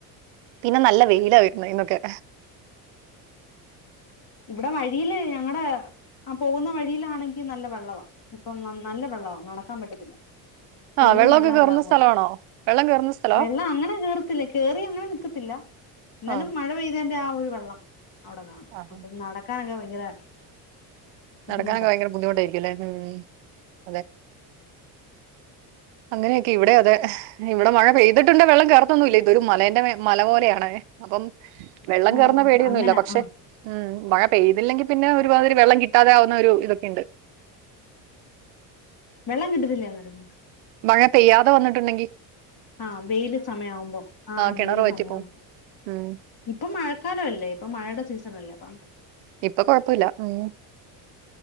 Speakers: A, on the right; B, on the left.
A: പിന്നെ നല്ല വെയിലാ വരുന്നേ ഇന്നൊക്കെ
B: ഇവിടെ വഴിയില് ഞങ്ങടെ ആ പോകുന്ന വഴിയിലാണെങ്കി നല്ല വെള്ളവാ ഇപ്പം നല്ല വെള്ളവാ നടക്കാൻ പറ്റത്തില്ല തെളിയും
A: ആഹ് വെള്ളമൊക്കെ
B: വെള്ളം
A: കേറുന്ന
B: എല്ലാം കൂടെ
A: സ്ഥലമാണോ വെള്ളം കേറുന്ന സ്ഥലവാ
B: വെള്ളം അങ്ങനെ കേറത്തില്ല കേറി അങ്ങനെ നിൽക്കത്തില്ല എന്നാലും
A: ആഹ്
B: മഴ പെയ്തതിന്റെ ആ <unintelligible> വെള്ളം അവിടെ കാണും അപ്പം
A: ആഹ്
B: നടക്കാനൊക്കെ <unintelligible> ബുദ്ധിമുട്ടാ
A: നടക്കാനൊക്കെ ഭയങ്കര ബുദ്ധിമുട്ടായിരിക്കും അല്ലേ ഉം അതെ അങ്ങനെയൊക്കെയാ ഇവിടെ അതേ ഇവിടെ മഴ പെയ്തിട്ടുണ്ടേ വെള്ളം കയറത്തൊന്നുല്ല ഇതൊരു മലേന്റെ മലപോലെയാണേ അപ്പം വെള്ളം
B: ഓ
A: കേറുന്ന പേടിയൊന്നുമില്ല
B: അങ്ങനെ
A: പക്ഷെ
B: ആ
A: ഉം മഴ പെയ്തില്ലെങ്കി പിന്നെ ഒരു <unintelligible> വെള്ളം കിട്ടാതെ ആകുന്ന ഒരു ഇതൊക്കെയുണ്ട്
B: വെള്ളം കിട്ടത്തില്ലേ അന്നേരം
A: മഴ പെയ്യാതെ വന്നിട്ടുണ്ടെങ്കി
B: ആ വെയില് സമയം ആവുമ്പോ ആ
A: ആഹ്
B: വെയില്
A: കിണർ വറ്റിപ്പോവും
B: സമയം ആവുമ്പോ
A: ഉം
B: ഇപ്പൊ മഴക്കാലം അല്ലേ ഇപ്പൊ മഴയുടെ സീസ <unintelligible>
A: ഇപ്പൊ കൊഴപ്പില്ല ഉം